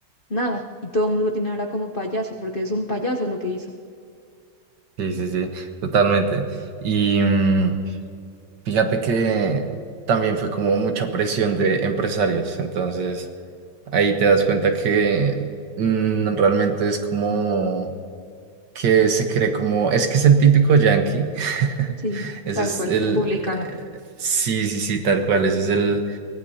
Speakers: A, on the left; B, on the right.
A: Nada. Y todo el mundo lo tiene ahora como payaso, porque es un payaso lo que hizo.
B: Sí, sí, sí, totalmente. Y mm, fíjate que también fue como mucha presión de empresarios, entonces ahí te das cuenta que mm, realmente es como que se cree como, es que es el típico yankee, <laughs>
A: Sí.
B: ese
A: Tal
B: es
A: cual,
B: el,
A: republicano.
B: eh, sí, sí, sí, tal cual, ese es el